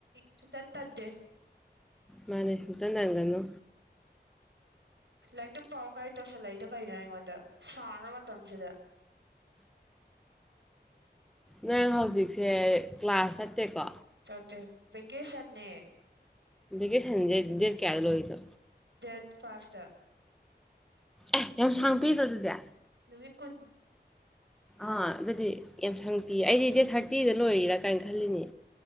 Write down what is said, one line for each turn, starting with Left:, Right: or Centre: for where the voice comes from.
Right: ꯁꯨꯗꯟ ꯇ ꯗꯦ
Centre: ꯃꯅꯦꯁꯇꯅꯉꯅꯣ
Right: ꯂꯥꯏꯔꯤꯛꯇ ꯄꯥꯎ ꯀꯥꯏ ꯇꯧꯁꯜꯂꯛꯏꯗꯣ ꯀꯩꯅꯣ ꯑꯩꯉꯣꯟꯗ ꯑꯔꯕꯇꯖꯗ
Centre: ꯅꯪ ꯍꯧꯖꯤꯛꯁꯦ ꯀ꯭ꯂꯥꯁ ꯆꯠꯇꯦꯀꯣ
Right: ꯆꯊꯦ ꯦꯀꯦꯁꯟꯅꯦ
Centre: ꯀꯦꯁ ꯗꯦꯔ ꯀꯌꯥꯗꯣ ꯑꯩꯗꯣ
Right: ꯗꯦꯠ ꯐꯥꯥꯁ
Centre: ꯑꯦ ꯌꯥꯝ ꯁꯥꯡ ꯄꯗ꯭ꯔꯣ ꯑꯗꯨꯗꯤ
Right: ꯅꯨ ꯀꯨꯟ
Centre: ꯑꯥ ꯑꯗꯨꯗꯤ ꯌꯥꯝ ꯁꯪ ꯄꯤ ꯑꯩꯗꯤ ꯗꯦꯠ ꯊꯥꯔꯇꯤꯗ ꯂꯣꯏꯔꯥ ꯀꯥꯏꯅ ꯈꯜꯂꯤꯅꯤ